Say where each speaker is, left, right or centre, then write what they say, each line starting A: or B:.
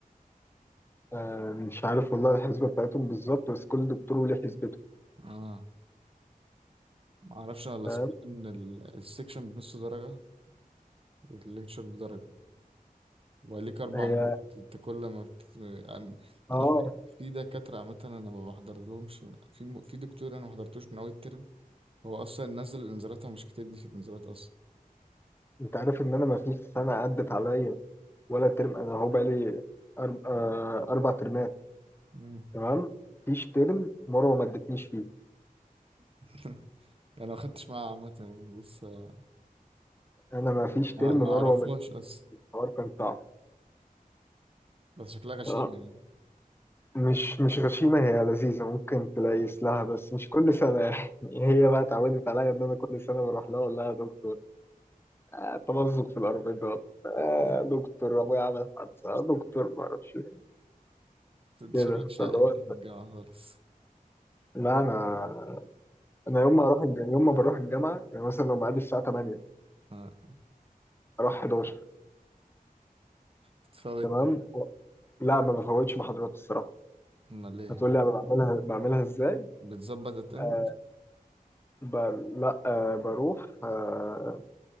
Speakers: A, on the left; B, on the right.
A: آه مش عارف والله الحسبه بتاعتهم بالظبط بس كل دكتور وليه حسبته
B: اه ما اعرفش انا لا
A: فاهم
B: سمعت ان ال- السكشن بنص درجه والليكتشر بدرجه وليك اربع
A: هي
B: مرات انت كل ما بت... أم-
A: اه
B: انا في في دكاتره عامه انا ما بحضر لهمش في م- في دكتور انا ما حضرتوش من اول الترم هو اصلا نزل الانذارات ومش كاتبني في الانذارات اصلا
A: انت عارف ان انا ما فيش سنه عدت عليا ولا ترم انا هو بقالي أرب... آه اربع ترمات
B: مم.
A: تمام فيش ترم مروه ما ادتنيش فيه
B: <laughs> انا ما خدتش معاه عامه يعني لسه
A: انا ما فيش
B: ما
A: ترم
B: ما
A: مروه
B: اعرفهاش
A: ما ادتنيش
B: اصلا
A: الحوار كان صعب
B: بس شكلها غشيمه
A: آه،
B: يعني
A: مش مش غشيمه هي لذيذه ممكن تليس لها بس مش كل سنه <laughs> هي بقى اتعودت عليا ان انا كل سنه بروح لها اقول لها يا دكتور آه، تمزق في الأربطة آه،
B: <laughs>
A: دكتور أبويا عمل حادثة آه، دكتور ما أعرفش إيه.
B: انت
A: كده
B: شكلك شقي
A: فاللي
B: انت
A: هو
B: في الجامعه خالص
A: لا أنا أنا يوم ما أروح الج... يوم ما بروح الجامعة يعني مثلا لو ميعادي الساعة 8
B: آه.
A: أروح 11
B: بتفوت
A: تمام و... لا ما بفوتش محاضرات الصراحة
B: امال ليه
A: هتقول لي أنا بعملها بعملها إزاي
B: بتظبط اتند
A: آه، ب... لا آه، بروح آه،